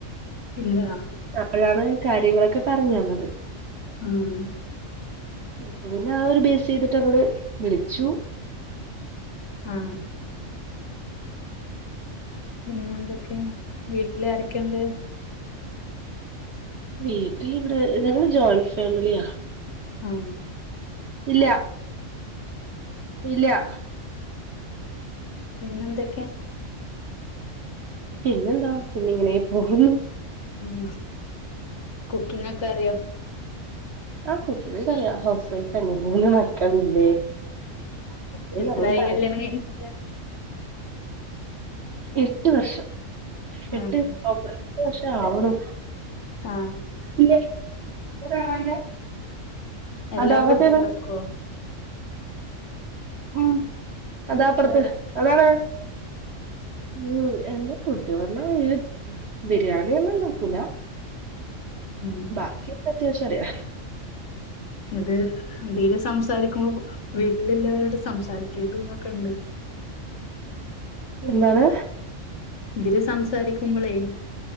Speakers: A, on the left; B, on the right.
A: ഇല്ലാ
B: അപ്പഴാണ് കാര്യങ്ങളൊക്കെ പർഞ്ഞ് തന്നത്
A: ആഹ്
B: അപ്പ പിന്നെ ആ ഒരു ബേസെയ്തിട്ടങ്ങട് വിളിച്ചു
A: ആഹ് പിന്നെ എന്തൊക്കെ വീട്ടില് ആരെക്കെണ്ട്
B: വീട്ടിലിവിടെ ഞങ്ങള് ജോയിൻ ഫാമിലിയാ
A: ആഹ്
B: ഇല്ലാ ഇല്ലാ
A: പിന്നെന്തെ
B: പിന്നെന്താ പിന്നെ ഇങ്ങെനേ പോവുന്നു
A: ഉം കുക്കിങ്ങൊക്കെ അറ്യോ
B: ആഹ് കുക്കിങ്ങാെക്കെ അറിയാ ഹൗസ് വൈ ഫല്ലേ മൂന്ന് മക്കളില്ലേ <unintelligible>
A: എത്രായി കല്യാണം കയ്ഞ്ഞിട്ട്
B: എട്ട് വർഷം എട്ട്
A: ഉം
B: ഒമ്പതാത്തെവർഷാവ്ണു
A: ആഹ്
B: ല്ല്യെ <unintelligible>
A: എല്ലാ
B: അതാ അങ്ങെത്തിയെത്
A: ഫുഡും ഉണ്ടാക്കുവോ
B: ഉം അതാ അപ്പർത്ത് അതാണ് ഉം എന്താ ഫുഡ്ഡ് പർഞ്ഞാ ഈ ബിരിയാണിയൊന്നുംണ്ടാക്കൂലാ
A: ഉം
B: ബാക്കിക്കൊ അത്യാവശ്യ അറിയാം
A: ഇത് ഇതില് സംസാരിക്കുമ്പോ വീട്ടിലല്ലാവരോടും സംസാരിക്കരുത് എന്നൊക്കെ ഉണ്ട്
B: എന്താണ്
A: ഇതില് സംസാരിക്കുമ്പോളേ വീ